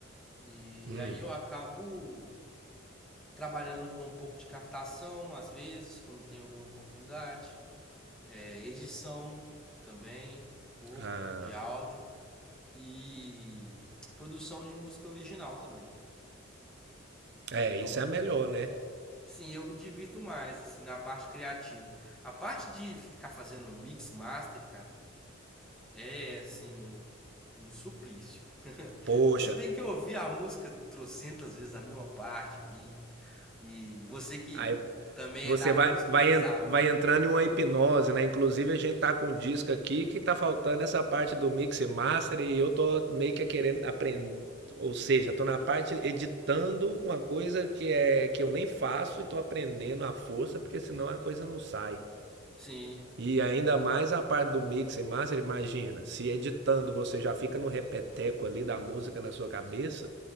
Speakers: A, in the centre; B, on the right.
A: E
B: Hum,
A: aí eu acabo trabalhando com um pouco de captação, às vezes, quando tem alguma oportunidade, é, edição também, um pouco
B: ah,
A: de áudio e produção de música original também.
B: é,
A: Então,
B: isso é melhor, né?
A: sim, eu me divirto mais assim na parte criativa. A parte de ficar fazendo mix master, cara, é assim um suplício. <laughs>
B: Poxa,
A: Porque você tem que ouvir a música trocentas vezes a mesma parte ali. E você que
B: aí
A: também
B: Você
A: é da
B: vai,
A: música,
B: vai,
A: sabe?
B: en- vai entrando em uma hipnose, né? Inclusive, a gente tá com um disco aqui que tá faltando essa parte do mix e master e eu tô meio que querendo aprender. Ou seja, tô na parte editando uma coisa que, é, que eu nem faço e tô aprendendo à força, porque senão a coisa não sai.
A: Sim,
B: E ainda mais a parte do mix e master, imagina, se editando você já fica no repeteco ali da música na sua cabeça,